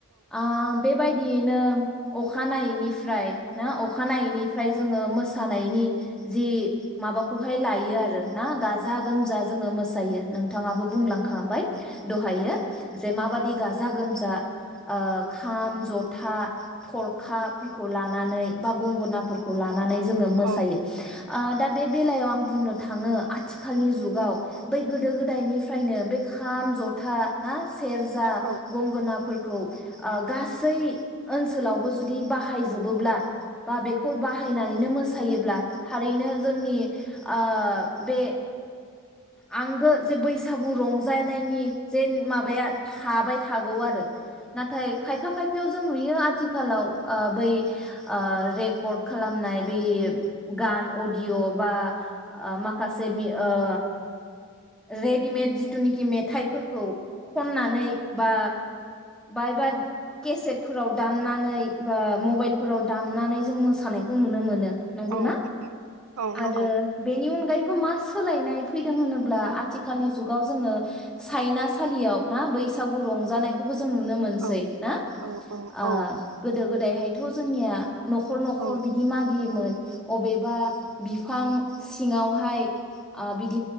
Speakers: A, in the centre; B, on the right (about 85°).
A: आ बेबायदियैनो अखानायैनिफ्राय ना अखानायैनिफाय जोङो मोसानायनि जि माबाखौहाय लायो आरो ना गाजा गोमजा जोङो मोस सायो नोंथाङाबो बुंलांखांबाय दहायो। जे माबादि गाजा गोमजा ओ खाम जथा थरखाफोरखौ लानानै बा गंगोनाफोरखौ लानानै जोङो मोसायो
B: औ
A: आ दा बे बेलायाव आं बुंनो थाङो आथिखालनि जुगाव बै गोदो गोदायनिफ्रायनो बे खाम, जथा ना सेरजा,
B: औ
A: गंगोनाफोर खौ ओ गासै ओनसोलावबो जुदि बा बाहायजोबोब्ला बा बेखौ बाहायनानैनो मो सायोब्ला थारैनो जोंनि आ बे आंगो जे बैसागु रंजानायनि जे माबाया थाबाय थागौ आरो। नाथाय खायफा खाय बेव जों नुयो आथिखालाव ओ बै ओ रेकर्ड खालामनाय बै गान अडिय' बा आ माखास जेमि ओ रेडिमेड जिथुनिखि मेथाइफोरखौ खननानै बा बायबा केसेटफोराव दामनानै बा मबाइलफोराव दामनानै जों मोसानायखौ नुनो मोनो नंगौना
B: औ औ नंगौ
A: आरो बेनि अन गायैबो मा सोलायनाय फैदों होनोब्ला आ थिखालनि जुगाव जोङो चाइना सालियाव ना बैसागु रंजानायखौबो जों नुनो मोनसै
B: औ
A: ना
B: औ औ औ
A: आ गोदो गोदायहायथ' जोंनिया न'खर न'खर
B: औ
A: बिदि मागियोमोन। अबेबा बिफां सिङावहाय आबि ज